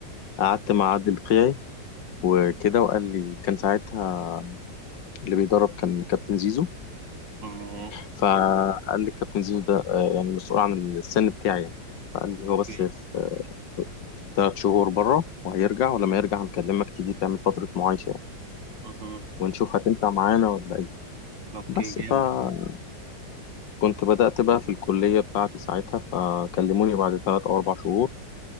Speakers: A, on the left; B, on the right.
A: قعدت مع عادل قيعي وكده وقال لي كان ساعتها اللي بيدرب كان كابتن زيزو
B: ماشي
A: فقال لي كابتن زيزو ده آه، يعني مسؤول عن السن بتاعي يعني فقال لي
B: اوكي
A: هو بس في ثلاث شهور بره وهيرجع ولما يرجع هنكلمك تيجي تعمل فترة معايشة يعني
B: مهم.
A: ونشوف هتنفع معانا ولا ايه
B: اوكي
A: بس
B: جامد
A: فكنت بدأت بقى في الكلية بتاعتي ساعتها فكلموني بعد ثلاث أو أربع شهور